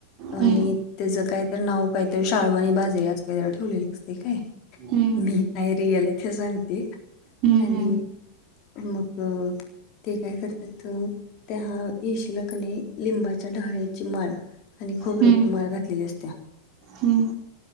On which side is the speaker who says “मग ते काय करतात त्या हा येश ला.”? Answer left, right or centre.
Left